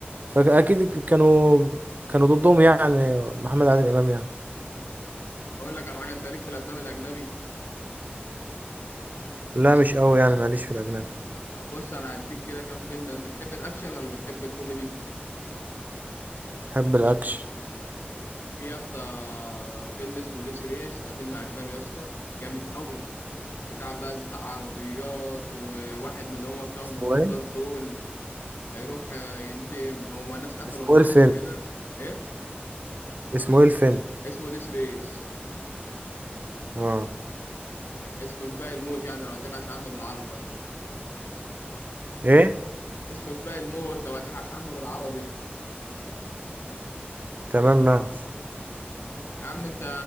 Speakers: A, on the right (about 45°); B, on the left (about 75°).
A: فاكيد كانوا كانوا ضدهم يعني محمد عادل امام يعني
B: أقول لك على حاجة أنت ليك في الأفلام الأجنبي
A: لا مش قوي يعني معلش في الاجنبي
B: طب بص أنا هديك كده كام فيلم أنت بتحب الأكشن ولا بتحب الكوميدي؟
A: بحب الاكشن
B: في يا اسطى فيلم اسمه ديس ريس ده فيلم أجنبي يا اسطى جامد قوي بتاع بقى سباق عربيات وواحد من اللي هما بتوع
A: اسمه
B: المطاردات
A: ايه
B: دول هيروح آه، ينتقم هما ناس قتلوا
A: اسمه
B: مراته
A: ايه الفيلم
B: وكده إيه؟
A: اسمه ايه الفيلم
B: اسمه ديس ريس
A: اه
B: اسمه سباق الموت يعني لو هتبحث عنه بالعربي يا اسطى
A: ايه
B: اسمه سباق الموت لو هتبحث عنه بالعربي
A: تمام ماشي
B: يا عم انت